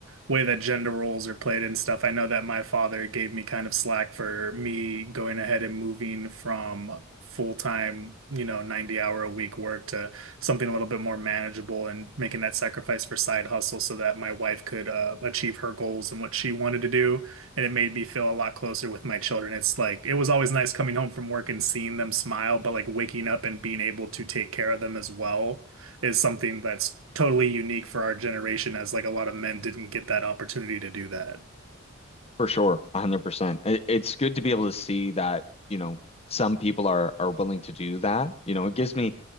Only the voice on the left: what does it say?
For sure, 100%. It, it's good to be able to see that, you know, some people are are willing to do that. You know, it gives me